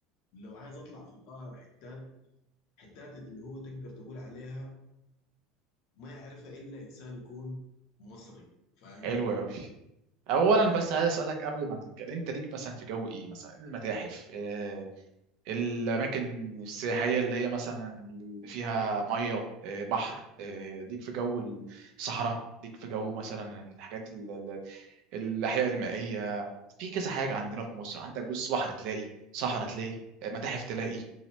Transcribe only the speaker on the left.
لو عايز اطلع في القاهره حتات حتات اللي هو تقدر تقول عليها ما يعرفها الا انسان يكون مصري فاهم
اي
اكيد